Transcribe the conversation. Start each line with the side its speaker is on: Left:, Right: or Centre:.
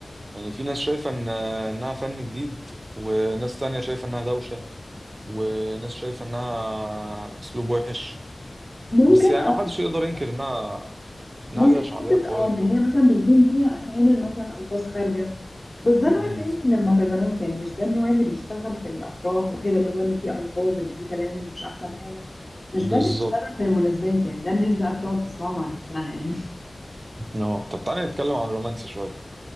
Right: يعني في ناس شايفة إن إنها فن جديد وناس تانية شايفة إنها دوشة وناس شايفة إنها أسلوب وحش
Left: ممكن
Right: بس يعني
Left: اه
Right: محدش يقدر ينكر
Left: حتة-
Right: إنها إنها
Left: ممكن
Right: ليها شعبية
Left: حته
Right: قوية
Left: اه ان
Right: برضه
Left: هي مثلا بيكون فيها احيانا مثلا الفاظ خارجه بس ده نوع
Right: امم
Left: تاني من المهرجانات يعني مش ده النوع اللي بيشتغل في الافراح وكده اللي هو اللي فيه الفاظ اللي فيه كلام مش احسن حاجه مش
Right: بالظبط
Left: ده اللي بيشتغل في المناسبات يعني ده الناس بقى بتقعد تسمعه مع نفسها يعني
Right: اه طب تعالى نتكلم عن الرومانسي شوية